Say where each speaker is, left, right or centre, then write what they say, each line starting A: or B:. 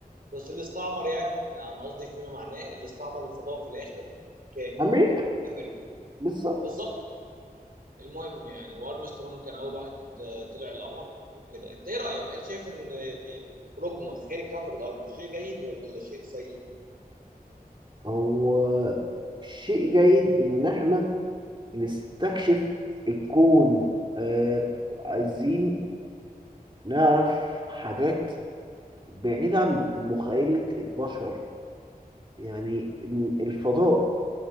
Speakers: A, on the right; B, on the right.
A: بس اللي استعمر يعني انا قصدي فيما معناه اللي استعمر الفضاء في الاخر كان
B: أمريكا
A: امريكا
B: بالظبط
A: بالظبط المهم يعني وارمسترونج كان اول واحد آه، طلع القمر وكده انت ايه رايك هل شايف ان آه، خروجنا خارج كوكب الارض شيء جيد ولا شيء سيء
B: هو شيء جيد إن إحنا نستكشف الكون آه عايزين نعرف حاجات بعيد عن مخيلة البشر يعني إن الفضاء